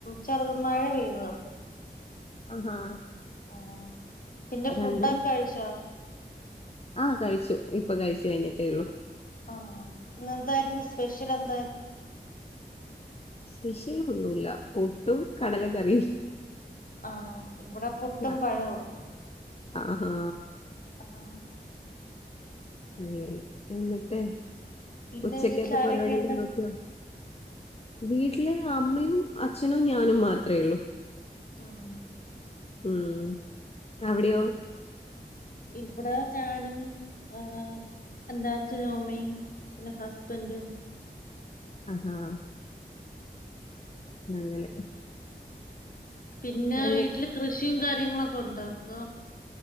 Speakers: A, on the left; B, on the left.
A: ചെറുത് മഴ പെയ്തത്.
B: ആഹാ
A: ആഹ് പിന്നെ
B: രണ്ടും
A: ഫുഡൊക്കെ കഴിച്ചോ?
B: ആഹ് കഴിച്ചു ഇപ്പൊ കഴിച്ചു കഴിഞ്ഞിട്ടേ ഉള്ളൂ.
A: ആഹ് ഇന്ന് എന്തായിരുന്നു സ്പെഷ്യൽ എന്തായിരുന്നു?
B: സ്പെഷ്യൽ ഒന്നുല്ല പുട്ടും കടലക്കറിയും.
A: ആഹ് ഇവിടെ പുട്ടും
B: ആ.
A: പഴവും
B: ആഹാ
A: ആഹ്
B: അങ്ങനെ എന്നിട്ട്
A: പിന്നെ
B: ഉച്ചക്കത്തെ
A: വീട്ടിൽ ആരൊക്കെയുണ്ട്
B: പരിപാടിയെല്ലാം നോക്കിയോ വീട്ടില് അമ്മയും അച്ഛനും ഞാനും മാത്രേ ഉള്ളൂ.
A: ആഹ്
B: ഉം അവിടെയോ
A: ഇവടെ ഞാനും ഏഹ് എന്റെ അച്ഛനും അമ്മയും പിന്നെ ഹസ്ബൻഡും
B: ആഹാ അങ്ങനെ
A: പിന്നെ
B: എന്ന്-
A: വീട്ടില് കൃഷിയും കാര്യങ്ങളൊക്കെ ഉണ്ടോ അതോ?